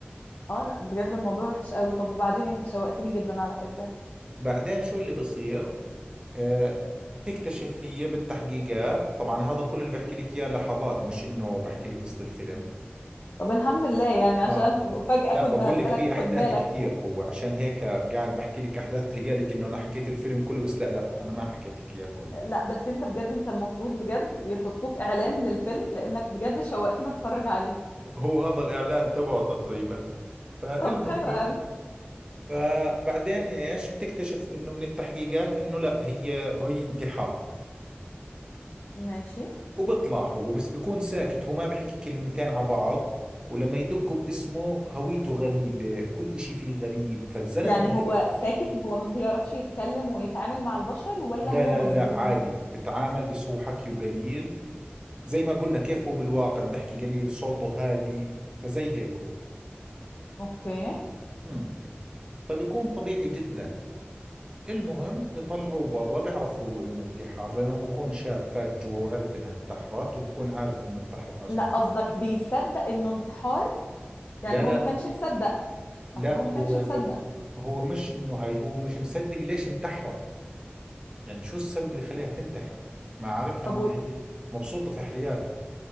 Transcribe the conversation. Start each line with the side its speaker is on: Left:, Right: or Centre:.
Left: اه لا بجد الموضوع وحش قوي طب وبعدين انت شوقتني جدا على فكرة
Right: بعدين شو اللي بصير آه، تكتشف هي بالتحقيقات طبعا هذا كل اللي بحكي لك اياه لحظات مش انه بحكي لك قصة الفيلم
Left: طب الحمد لله يعني عشان
Right: اه
Left: فجأة
Right: لا
Left: كنت
Right: بقول
Left: هسألك
Right: لك في احداث
Left: خد بالك
Right: كثير هو عشان هيك قاعد بحكي لك احداث تهيألك انه انا حكيت الفيلم كله بس لا لا انا ما حكيت لك اياه كله
Left: لا بس انت بجد انت المفروض بجد يحطوك اعلان للفيلم لانك بجد شوقتني اتفرج عليه
Right: <laughs> هو هذا الاعلان تبعه تقريبا فالمهم
Left: طب حلو قوي
Right: فبعدين ايش بتكتشف انه من التحقيقات انه لا هي هي انتحار
Left: ماشي
Right: وبيطلع هو بس بيكون ساكت هو ما بيحكي كلمتين على بعض ولما يدقوا باسمه هويته غريبة كل إشي فيه غريب فالزلمة
Left: يعني
Right: غريب
Left: هو ساكت هو ما بيعرفش يتكلم ويتعامل مع البشر ولا
Right: لا
Left: هو
Right: لا
Left: مصدوم
Right: لا لا عادي بتعامل بس هو حكيه قليل زي ما قلنا كيف هو بالواقع بيحكي قليل صوته هادي فزي هيك هو
Left: اوكي
Right: امم فبيكون طبيعي جدا المهم بيطلعوه برا بيعرف هو انه انتحار لانه هو بكون شاف فات جوا وعرف انها انتحرت وبكون عارف انه انتحرت عشان
Left: لا قصدك بيصدق انه انتحار يعني
Right: لا لا
Left: هو ما كانش مصدق
Right: لا
Left: اصل هو ما
Right: هو
Left: كانش مصدق
Right: ب... هو مش انه هاي هو مش مصدق ليش انتحرت يعني شو السبب اللي خليها تنتحر ما عارفها
Left: طب
Right: ان
Left: و-
Right: هي مبسوطة في حياتها